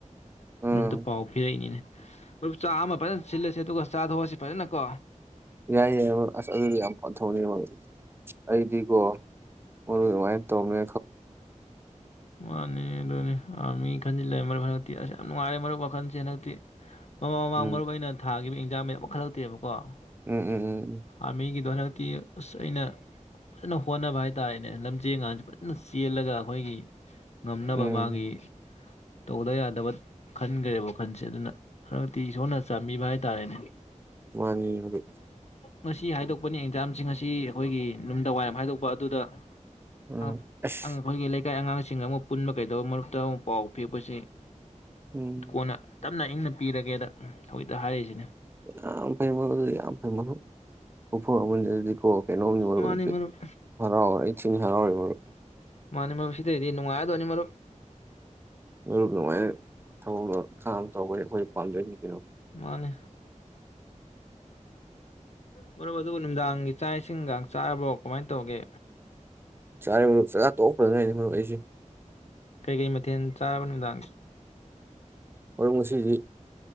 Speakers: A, on the right; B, on the left.
A: ꯎꯝ
B: ꯃꯔꯨꯞꯇꯥ ꯄꯥꯎ ꯅꯤꯅꯦ ꯆꯥꯛ ꯑꯃ ꯐꯖꯅ ꯁꯤꯜꯂꯁꯦ ꯑꯗꯨꯒ ꯆꯥ ꯊꯣꯛꯑꯁꯤ ꯐꯖꯅ ꯀꯣ
A: ꯌꯥꯏ ꯌꯥꯏ ꯑꯁ ꯑꯗꯨꯗꯤ ꯌꯥꯝ ꯐꯕ ꯊꯕꯛꯅꯦ ꯑꯩꯗꯤꯀꯣ ꯑꯣ ꯃꯥꯏ ꯇꯧꯃꯦ
B: ꯃꯅꯦ ꯑꯗꯨꯅꯦ ꯑꯥꯔꯃꯤ ꯈꯟꯖꯤꯜꯂꯦ ꯃꯔꯨꯞ ꯍꯟꯗꯛꯇꯤ ꯑꯁ ꯌꯥꯝ ꯅꯨꯡꯉꯥꯏꯔꯦ ꯃꯔꯨꯞ ꯋꯥꯈꯜꯁꯦ ꯍꯟꯗꯛꯇꯤ ꯃꯃꯥꯡ ꯃꯃꯥꯡ
A: ꯎꯝ
B: ꯃꯔꯨꯞ ꯑꯩꯅ ꯊꯥꯈꯤꯕ ꯌꯥꯝꯃꯦ ꯑꯃꯣꯛ ꯈꯜꯂꯛꯇꯦꯕ ꯀꯣ ꯑꯥꯔꯃꯤ
A: ꯎꯝ ꯎꯝ ꯎꯝ
B: ꯑꯗꯣ ꯍꯟꯗꯛꯇꯤ ꯑꯁ ꯑꯩꯅ ꯐꯖꯅ ꯍꯣꯠꯅꯕ ꯍꯥꯏꯇꯥꯥꯔꯦꯅꯦ ꯂꯝꯖꯦꯜꯒꯁꯦ ꯆꯦꯜꯂꯒ ꯑꯩꯈꯣꯏꯒꯤ ꯉꯝꯅꯕ
A: ꯎꯝ
B: ꯃꯥꯒꯤ ꯇꯧꯗ ꯌꯥꯗꯕ ꯈꯟꯈ꯭ꯔꯦꯕ ꯋꯥꯈꯟꯁꯦ ꯑꯗꯨꯅ ꯍꯟꯗꯛꯇꯤ ꯏꯁꯣꯔꯅ ꯆꯥꯟꯕꯤꯕ ꯍꯥꯏ ꯇꯥꯔꯦꯅꯦ
A: ꯃꯅꯤꯗꯨ
B: ꯉꯁꯤ ꯍꯥꯏꯗꯣꯛꯄꯅꯤ ꯑꯦꯛꯖꯥꯝꯁꯤꯡ ꯉꯁꯤ ꯑꯩꯈꯣꯏꯒꯤ ꯅꯨꯃꯤꯗꯥꯡ ꯋꯥꯏꯔꯝ ꯍꯥꯏꯗꯣꯛꯄ ꯑꯗꯨꯗ
A: ꯎꯝ
B: ꯉ
A: ꯑꯁ
B: ꯐꯦ ꯂꯩ ꯂꯩꯀꯥꯏ ꯑꯉꯥꯡꯁꯤꯡ ꯑꯃꯨꯛ ꯄꯨꯟꯕ ꯀꯩꯗꯧꯕ ꯃꯔꯛꯇ ꯑꯃꯨꯛ ꯄꯥꯎ ꯄꯤꯕꯁꯤ
A: ꯎꯝ
B: ꯗꯨ ꯀꯣꯟꯅ ꯇꯞꯅ ꯏꯪꯅ ꯄꯤꯔꯒꯦꯗ <inaudible> ꯍꯥꯏꯔꯤꯁꯤꯅꯦ
A: ꯑꯣ ꯌꯥꯝ ꯐꯩ ꯃꯔꯨꯞ ꯌꯥꯝ ꯐꯩ ꯈꯨꯐ ꯑꯃꯅꯤ ꯑꯗꯨꯗꯤꯀꯣ ꯀꯩꯅꯣꯝꯅꯤ ꯃꯔꯨꯗꯗꯤ
B: ꯃꯥꯅꯤ ꯃꯔꯨꯞ
A: ꯍꯔꯥꯎ ꯍꯔꯩ ꯊꯤꯡꯉ ꯍꯔꯥꯎꯔꯦ ꯃꯔꯨꯞ
B: ꯃꯥꯅꯤ ꯃꯔꯨꯞ ꯁꯤꯗꯩꯗꯤ ꯅꯨꯡꯉꯥꯏꯗꯣꯏꯅꯤ ꯃꯔꯨꯞ
A: ꯃꯔꯨꯞ ꯅꯨꯉꯥꯏꯅ ꯊꯕꯛ ꯈꯥꯡ ꯇꯧꯋꯦ ꯑꯩꯈꯣꯏ ꯄꯥꯝꯗꯣꯏꯅꯤ ꯀꯩꯅꯣ
B: ꯃꯥꯅꯦ ꯃꯔꯨꯞ ꯑꯗꯨꯒ ꯅꯨꯡꯗꯥꯡꯒꯤ ꯆꯥꯛ ꯏꯁꯤꯡꯒ ꯆꯥꯔꯕꯣ ꯀꯃꯥꯏꯅ ꯇꯧꯒꯦ
A: ꯆꯥꯔꯦ ꯃꯔꯨꯞ ꯆꯥꯛ ꯆꯥ ꯇꯣꯛꯄꯗ ꯉꯥꯏꯔꯤꯅꯦ ꯃꯔꯨꯞ ꯑꯩꯁꯦ
B: ꯀꯩ ꯀꯩ ꯃꯊꯦꯜ ꯆꯥꯔꯕ ꯅꯨꯡꯗꯥꯡꯒꯤ
A: ꯃꯔꯨ ꯉꯥꯁꯤꯗꯤ